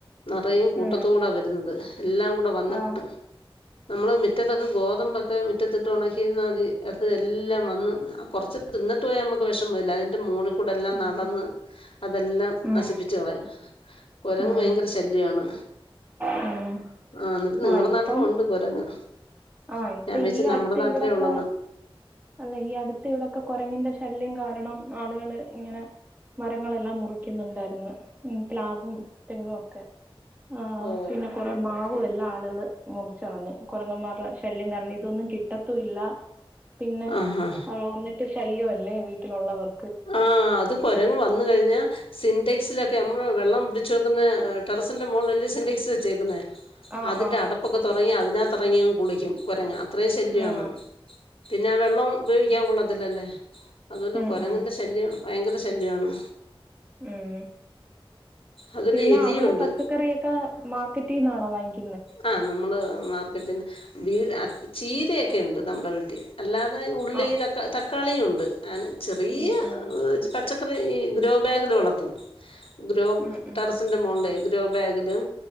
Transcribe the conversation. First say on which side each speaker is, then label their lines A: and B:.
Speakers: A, on the left; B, on the right.
A: നിറയെ കൂട്ടത്തോടെ
B: ഉം
A: ആണ് വരു രുന്നത് എല്ലാം കൂടെ വന്നിട്ട്
B: ആഹ്
A: നമ്മള് മുറ്റത്തൊക്കെ ഗോതമ്പൊക്കെ മുറ്റത്തിട്ട് ഉണക്കിരുന്ന മതി അത് എല്ലാം വന്ന് കുറച്ച് തിന്നിട്ട് പോയാ നമുക്ക് വിഷമം ഇല്ല അതിന്റെ മോള് കൂടെ എല്ലാം
B: ഉം
A: നടന്ന് അതെല്ലാം
B: ഉം
A: നശിപ്പിച്ചു കളയും. കുരങ്ങ്
B: ഉം
A: ഭയങ്കര ശല്ല്യാണ്.
B: ഉം
A: ആ ഇന്നിട്ട് നിങ്ങള
B: ആഹ് ഇപ്പം
A: നാട്ട് കുരങ്ങ്
B: ആഹ് ഇപ്പൊ
A: ഞാൻ വിചാരിച്ച്
B: ഈ
A: നമ്മുടെ
B: അടുത്ത്
A: നാട്ടിലേ
B: ഇവിടൊക്കെ
A: ഉള്ളന്ന്
B: അല്ല ഈ അടുത്ത് ഇവിടെക്കെ കൊരങ്ങിന്റെ ശല്യം കാരണം ആളുകള് ഇങ്ങനെ മരങ്ങളെല്ലാം മുറിക്കുന്നുണ്ടായിരുന്നു. ഉം, പ്ലാവും തെങ്ങും ഒക്കെ. ആഹ്
A: ഓ
B: പിന്നെ കൊറെ മാവും എല്ലാ ആളുകള് മുറിച്ച് കളഞ്ഞു. കുരങ്ങന്മാരുടെ ശല്യം കാരണം ഇതൊന്നും കിട്ടത്തൂല്ല. പിന്നെ
A: ആ ഹാ
B: വന്നിട്ട് ശല്യ അല്ലേ വീട്ടിലുള്ളവർ
A: ആഹ്, അത് കൊരങ്ങ് വന്ന് കഴിഞ്ഞ സിന്റക്സിലൊക്കെ. നമ്മള് വെള്ളം പിടിച്ച് വെക്കുന്ന ടെറസിന്റെ മോളിലല്ലേ സിന്റക്സ് വെച്ചേക്കുന്നേ.
B: ആഹ്
A: അതിന്റെ
B: ആഹ്
A: അടപ്പൊക്കെ തുറങ്ങി അതിനകതറങ്ങിയങ്ങ് കുളിക്കും. കുരങ്ങ. അത്രേം ശല്യാണ്.
B: ഉം
A: പിന്നെ ആഹ് വെള്ളം ഉപയോഗിക്കാൻ കൊള്ളത്തില്ലല്ലേ. അതല്ലെ
B: ഉം
A: കൊരങ്ങന്റെ
B: ഉം
A: ശ ശല്യം വയങ്കര ശല്യാണ്.
B: ഉം.
A: അതുപോലെ
B: പിന്നെ
A: എലിയുണ്ട്
B: അവിടെ പച്ചക്കറിയൊക്കെ മാർക്കറ്റീന്നാണോ വാങ്ങി -
A: ആഹ്. നമ്മള് മാർക്കറ്റിന്ന് വീട് ചീരയൊക്കണ്ട് നമ്മുടെ വീട്ടിൽ. അല്ലാതെ ഉള്ളി
B: ആഹ്
A: ത തക്കാളിയുണ്ട്. അന് ചെറിയ
B: ഉം ഉം
A: പ പച്ചക്കറി ഈ ഗ്രോ ബാഗിൽ വളർത്തും. ഗ്രോ
B: ഉം ഉം
A: ടെറസിന്റെമോളില്
B: ഉം
A: ഗ്രോ ബാഗില്.